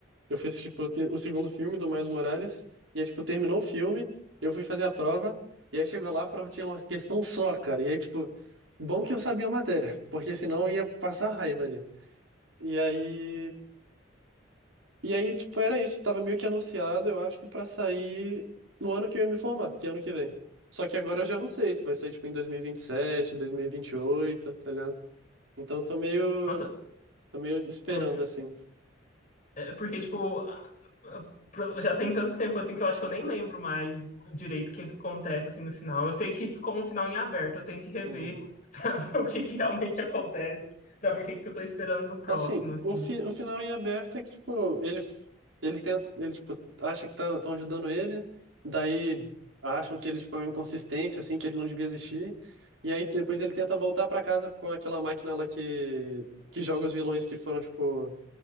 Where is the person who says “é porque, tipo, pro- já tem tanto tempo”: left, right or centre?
Left